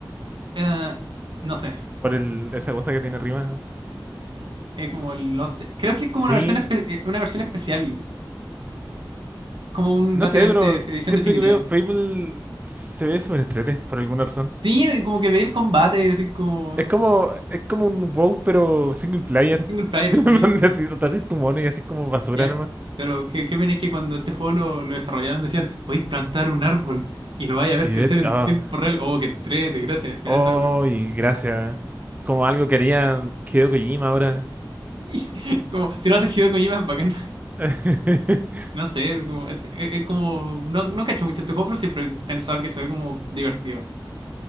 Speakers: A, on the right; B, on the right.
A: eh, no sé.
B: por el, esa cosa que tiene arriba.
A: eh, como el Lost- Creo que es como
B: Sí,
A: una versión, espe- eh, una versión especial, como un
B: no
A: básicamente
B: sé, pero
A: edición
B: siempre
A: definitiva.
B: que veo Fable se ve súper entrete por alguna razón.
A: Sí, eh, como que veía el combate, así como
B: Es como es como un WoW pero single player.
A: single player,
B: <laughs>
A: sí,
B: Donde así, te haces tu mono y así como basura
A: ya.
B: nomás.
A: Pero qué, qué pena es que cuando este juego lo, lo desarrollaron decían, podéis plantar un árbol y lo vais a ver
B: Y
A: crecer
B: ver,
A: en
B: ah,
A: tiempo real. Oh, qué entrete, gracias. Al final
B: oh,
A: esa wea-
B: y gracias. Como algo que haría Hideo Kojima ahora.
A: <laughs> Como, si lo haces Hideo Kojima es bacán. <laughs>
B: <laughs>
A: No sé, como, este- es, es como, no, no cacho mucho este juego, pero siempre he pensado que se ve como divertido.